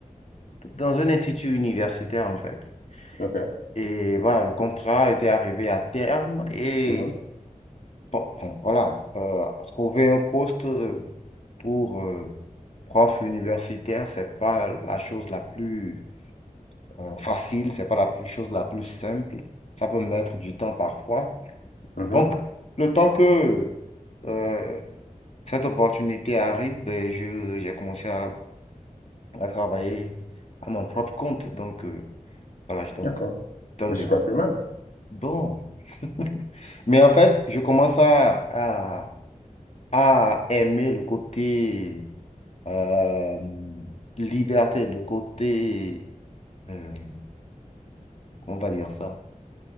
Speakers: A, on the left; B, on the left.
A: dans un institut universitaire, en fait.
B: OK.
A: Et voilà, le contrat était arrivé à terme. Et
B: Mhm.
A: bon, bon, voilà, euh, trouver un poste euh, pour... euh, prof universitaire, c'est pas la chose la plus euh, facile, c'est pas la plus- chose la plus simple. Ça peut mettre du temps parfois.
B: Mhm.
A: Donc, le temps que euh, cette opportunité arrive, ben, je, j'ai commencé à, à travailler à mon propre compte. Donc, euh, voilà, je donne
B: D'accord.
A: des, donne
B: Mais
A: des-
B: c'est pas plus mal.
A: Bon. <laughs> Mais en fait, je commence à, à, à aimer le côté euh, liberté, le côté... euh, comment on va dire ça?